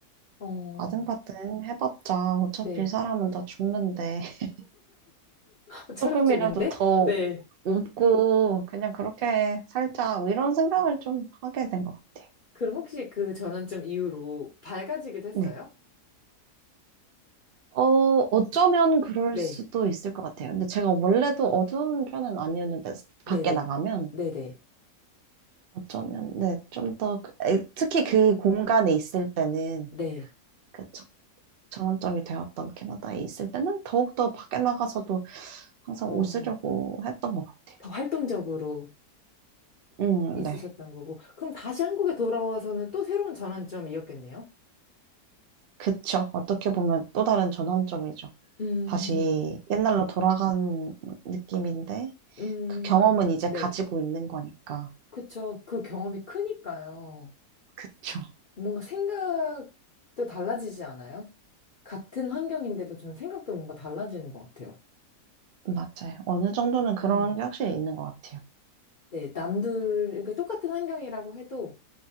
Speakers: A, on the left (about 50°); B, on the right (about 80°).
A: 어,
B: 아등바등 해봤자 어차피
A: 네.
B: 사람은 다 죽는데 <laughs>
A: 어, 철학적인데?
B: 조금이라도 더
A: 네.
B: 웃고 그냥 그렇게 살자. 뭐 이런 생각을 좀 하게 된 것 같아요.
A: 그럼 혹시 그 전환점 이후로 밝아지기도 했어요?
B: 네. 어, 어쩌면 그럴
A: 네.
B: 수도 있을 것 같아요. 근데 제가 원래도 어두운 편은 아니었는데
A: 네네.
B: 밖에 나가면
A: 네네.
B: 어쩌면 네, 좀 더 그- 에, 특히 그 공간에 있을 때는
A: 네.
B: 그쵸. 전환점이 되었던 캐나다에 있을 때는 더욱더 밖에 나가서도 항상
A: 어,
B: 웃으려고 했던 것 같아.
A: 더 활동적으로
B: 음,
A: 있으셨던
B: 네.
A: 거고. 그럼 다시 한국에 돌아와서는 또 새로운 전환점이었겠네요?
B: 그쵸. 어떻게 보면 또 다른 전환점이죠.
A: 음,
B: 다시 옛날로 돌아간 느낌인데,
A: 음,
B: 그 경험은 이제
A: 네.
B: 가지고 있는 거니까.
A: 그쵸. 그 경험이 크니까요.
B: 그쵸.
A: 뭔가 생각도 달라지지 않아요? 같은 환경인데도 저는 생각도 뭔가 달라지는 것 같아요.
B: 맞아요. 어느 정도는 그런
A: 음.
B: 게 확실히 있는 것 같아요.
A: 네, 남들, 그러니까 똑같은 환경이라고 해도